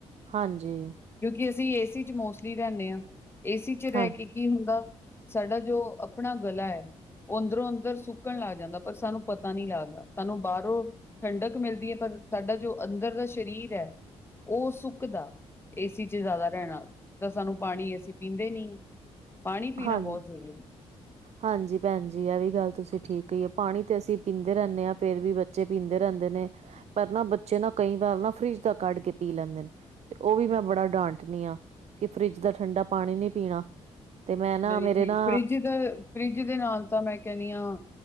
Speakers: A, on the right; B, on the left.
A: ਹਾਂਜੀ।
B: ਕਿਉਂਕਿ, ਅਸੀਂ ਏ ਸੀ ਚ ਮੋਸਟਲੀ ਰੈਨੇ ਆਂ ਏ ਸੀ ਚ ਰੈ
A: ਹਾਂ
B: ਕੇ ਕੀ ਹੁੰਦਾ ਸਾਡਾ ਜੋ ਆਪਣਾ ਗਲਾ ਐ ਓ ਅੰਦਰੋਂ ਅੰਦਰ ਸੁੱਕਣ ਲੱਗ ਜਾਂਦਾ ਪਰ ਸਾਨੂੰ ਪਤਾ ਨੀ ਲੱਗਦਾ ਸਾਨੂੰ ਬਾਰੋਂ ਠੰਡਕ ਮਿਲਦੀ ਐ ਪਰ ਸਾਡਾ ਜੋ ਅੰਦਰ ਦਾ ਸ਼ਰੀਰ ਐ ਓ ਸੁੱਕਦਾ ਏ ਸੀ ਚ ਜ਼ਿਆਦਾ ਰੈਨ ਨਾਲ। ਤਾ ਸਾਨੂੰ ਪਾਣੀ ਅਸੀਂ ਪੀਂਦੇ ਨਈ, ਪਾਣੀ ਪੀਣਾ
A: ਹਾਂ
B: ਬਹੁਤ ਜ਼ਰੂਰੀ
A: ਹਾਂਜੀ, ਭੈਣ ਜੀ ਐ ਵੀ ਗੱਲ ਤੁਸੀ ਠੀਕ ਕਈ ਏ ਪਾਣੀ ਤੇ ਅਸੀ ਪੀਂਦੇ ਰੈਂਦੇ ਆਂ ਫੇਰ ਵੀ ਬਚੇ ਬੱਚੇ ਪੀਂਦੇ ਰੈਂਦੇ ਨੇ ਪਰ ਨਾ ਬੱਚੇ ਨਾ ਕਈ ਵਾਰ ਨਾ ਫਰਿਜ ਦਾ ਕੱਢ ਕੇ ਪੀ ਲੈਂਦੇ ਨੇ ਤੇ ਓ ਵੀ ਮੈਂ ਬੜਾ ਡਾਂਟਨੀ ਆਂ ਕਿ ਫਰਿੱਜ ਦਾ ਠੰਡਾ ਪਾਣੀ ਨੀ ਪੀਣਾ ਤੇ, ਮੈਂ ਨਾ
B: ਨਹੀਂ
A: ਮੇਰੇ
B: ਜੀ
A: ਨਾ
B: ਫਰਿੱਜ ਦਾ ਫਰਿੱਜ ਦੇ ਨਾਲ ਤਾਂ ਮੈਂ ਕੈਨੀ ਆਂ